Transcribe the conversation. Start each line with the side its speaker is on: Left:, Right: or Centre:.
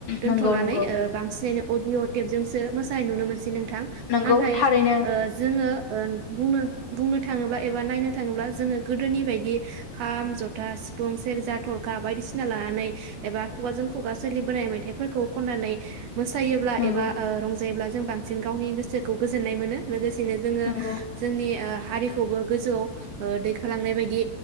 Right: दोन्थ'नानै
Left: नंगौ नंगौ
Right: ओ बांसिन अडिअ' टेपजोंसो मोसानाय नु मोनसै नों थां
Left: नंगौ
Right: नाथाय
Left: थारैनो
Right: ओ जोङो ओ बुंनो बुंनो थाङोब्ला एबा नायनो थाङोब्ला जोङो गोदोनि बायदि खाम जथा सिफुं सेरजा थरखा बायदिसिना लानानै एबा खुगाजों खुगा सोलिबोनाय मेथाइफोरखौ खन्नानै मोसायोब्ला
Left: नंगौ
Right: एबा ओ रंजायोब्ला जों बांसिन गावनि गोसोखौ गो जोननाय मोनो लोगोसे नो जोङो
Left: नंगौ
Right: जोंनि ओ हारिखौबो गोजौआव ओ दैखोलांनाय बायदि